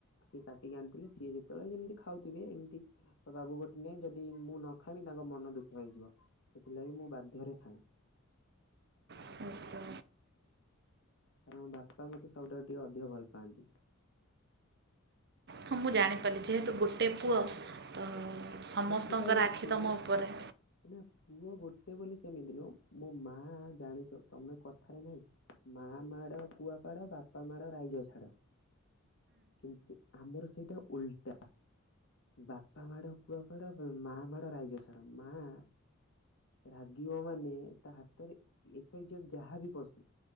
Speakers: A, on the left; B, on the right.
A: ସିଏ କାଟିକି ଆଣିଥିଲେ ସିଏ ଯେତେବେଳେ ଯେମିତି ଖାଉଥିବେ ଏମତି ବାବା <unintelligible> ଯଦି ମୁଁ ନ ଖାଇମି ତାଙ୍କ ମନ ଦୁଃଖ ହେଇଯିବ ସେଥିଲାଗି ମୁଁ ବାଧ୍ୟରେ ଖାଏଁ।
B: ଆଚ୍ଛା।
A: କାରଣ ବାପା ମତେ ସବୁଠାରୁ ଟିକେ ଅଧିକ ଭଲ ପାଆନ୍ତି।
B: ହଁ ମୁଁ ଜାଣିପାରିଲି ଯେହେତୁ ଗୋଟେ ପୁଅ ତ ସମସ୍ତଙ୍କର
A: ସେଥିପାଇଁ ମୋ
B: ଆଖି
A: ପୁଅ
B: ତମ ଉପରେ।
A: ନା ପୁଅ ଗୋଟେ ବୋଲି ସେମିତି ନୁହଁ ମୋ ମାଆ ଜାଣିଚ ତମେ କଥାରେ ନାହିଁ ମାଆ ମାଡ଼ କୁଆପାଡ଼ ବାପା ମାଡ଼ ରାଇଜ ଛାଡ। କିନ୍ତୁ ଆମର ସେଇଟା ଉଲଟା। ବାପା ମାଡ କୁଆପାଡ ବ୍ ମାଆ ମାଡ ରାଇଜ ଛାଡ ମାଆ ରାଗିବ ମାନେ ତା ହାତରେ ଏକ ଇଞ୍ଚର ଯାହାବି ପଶୁ